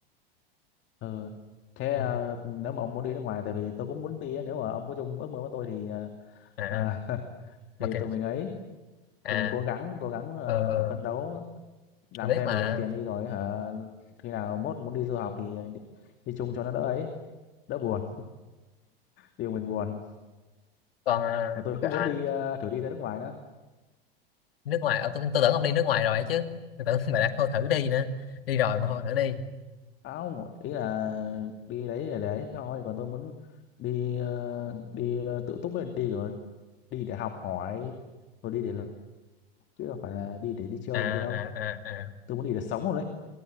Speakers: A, on the left; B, on the left.
A: Ờ, thế ờ,
B: Ừ.
A: nếu mà ông muốn đi nước ngoài tại vì tôi cũng muốn đi á, nếu mà ông có chung ước mơ với tôi thì ờ,
B: à
A: à, <laughs>
B: ok
A: thì tụi mình ấy
B: à
A: tụi mình cố gắng cố gắng ờ,
B: ờ ừ,
A: phấn
B: ừ,
A: đấu làm
B: tôi
A: thêm
B: biết mà
A: để dành tiền đi rồi hả khi nào mốt muốn đi du học thì đi, đi chung cho nó đỡ ấy đỡ buồn điều mình buồn
B: còn à,
A: mà tôi
B: à,
A: cũng muốn đi ờ, thử đi ra nước ngoài đó
B: nước ngoài ờ, tôi, tôi tưởng ông đi nước ngoài rồi ấy chứ tôi tưởng bà đã không thử đi nữa đi rồi mà không thử đi
A: à, không ý là đi đấy để đấy thôi còn tôi muốn đi ờ, đi ờ, tự túc ấy, đi rồi đi để học hỏi rồi đi để làm, chứ đâu phải là đi để đi chơi
B: à
A: cái đâu
B: à à à
A: tôi muốn đi để sống rồi đấy